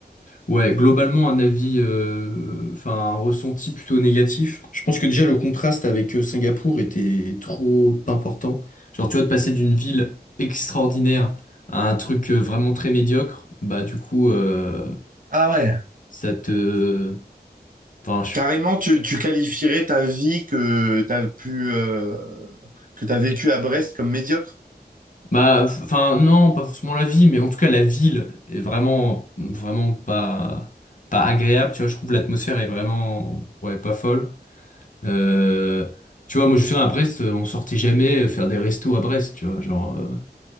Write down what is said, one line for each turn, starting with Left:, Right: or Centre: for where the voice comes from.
Left: ouais, globalement, un avis, euh, enfin, un ressenti plutôt négatif. Je pense que déjà, le contraste avec euh, Singapour était trop important. Genre, tu vois, de passer d'une ville extraordinaire à un truc euh, vraiment très médiocre, bah, du coup, euh,
Right: Ah ouais.
Left: ça te... Enfin,
Right: Carrément, tu, tu qualifierais ta vie que t'as pu euh, que t'as vécu à Brest comme médiocre?
Left: Bah, enfin, non, pas forcément la vie, mais en tout cas, la ville est vraiment, vraiment pas, pas agréable, tu vois, je trouve l'atmosphère est vraiment, ouais, pas folle. Euh, tu vois, moi, je suis à Brest, on sortait jamais faire des restos à Brest, tu vois, genre, euh,